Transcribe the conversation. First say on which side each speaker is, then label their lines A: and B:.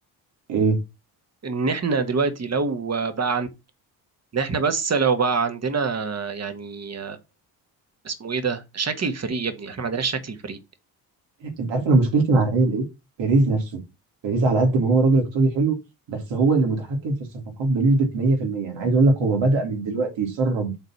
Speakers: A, on the right; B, on the right.
A: إيه؟
B: ان احنا دلوقتي لو بقى عندنا ان احنا بس لو بقى عندنا يعني اسمه ايه ده شكل الفريق يا ابني احنا ما عندناش شكل الفريق
A: انت عارف انا مشكلتي مع الريال ايه؟ بيريز نفسه بيريز على قد ما هو راجل اقتصادي حلو بس هو اللي متحكم في الصفقات بنسبة 100% يعني عايز اقول لك هو بدأ من دلوقتي يسرب